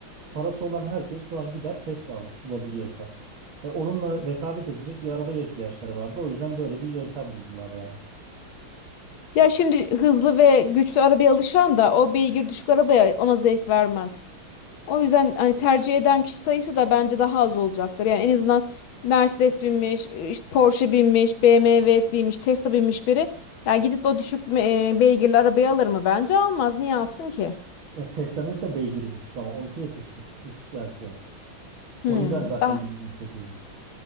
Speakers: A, on the right; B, on the left.
A: parası olan herkes şu an gider Tesla alır bulabiliyorsa. Ya onunla rekabet edecek bir arabaya ihtiyaçları vardı. O yüzden böyle bir yöntem buldular yani.
B: Ya şimdi hızlı ve güçlü arabaya alışan da o beygir düşük arabaya ona zevk vermez. O yüzden hani tercih eden kişi sayısı da bence daha az olacaktır. Yani en azından Mercedes binmiş, işte Porsche binmiş, BMW binmiş, Tesla binmiş biri. Yani gidip o düşük me- e, beygirli arabayı alır mı? Bence almaz. Niye alsın ki?
A: Ya Tesla'nın da beygiri düşük ama onunki de düşmüş, düşük versiyon.
B: Hmm,
A: O yüzden zaten
B: daha
A: bir milyon sekiz